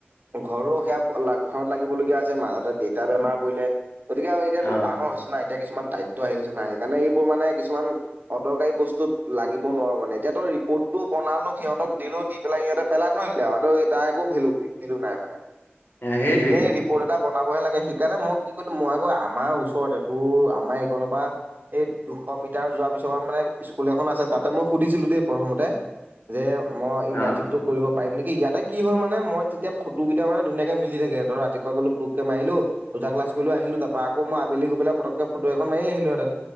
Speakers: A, on the right (about 45°); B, on the left (about 55°).
A: ঘৰো সেয়া ঘৰত লাগিবলগীয়া হৈছে মাজতে দেউতা বেমাৰ পৰিলে। গতিকে আৰু এতিয়াতো
B: অ
A: ডাঙৰ হৈছে না এতিয়া কিছুমান দায়িত্ব আহি গৈছে নাই সেইকাৰণে এইবোৰ মানে কিছুমান অদৰকাৰী বস্তুত লাগিব নোৱাৰো মানে এতিয়া তই ৰিপৰ্টটো বনালো সিহঁতক দিলো এইবিলাক ইহতে পেলাই থৈ দিলে আৰু তাই একো ভেলু দি ভেলু নাই মানে
B: <inaudible> সেইটোৱেই
A: ইনে ৰিপৰ্ট এটা বনাবহে লাগে সেইকাৰণে মই কি কৰিলো মই আকৌ আমাৰ ওচৰতে তোৰ আমাৰ এইখনৰ পৰা এই দুশ মিটাৰ যোৱাৰ পিছৰ পৰা মানে স্কুল এখন আছে তাতে মই সুধিছিলো দেই প্ৰথমতে, যে মই ইণ্টাৰ্শিপ
B: অ
A: টো কৰিব পাৰিম নেকি ইয়াতে কি হল মানে মই তেতিয়া ফটো কেইটা মানে ধুনীয়াকে মিলি থাকে সিহঁতৰ ৰাতীপোৱা গলো পুটোককে মাৰিলোঁ, দুটা ক্লাছ কৰিলোঁ আহিলো তাৰপা আকৌ মই আবেলি গৈ পেলাই পতককে ফটো এখন খন মাৰিএ আহিলো হেতেন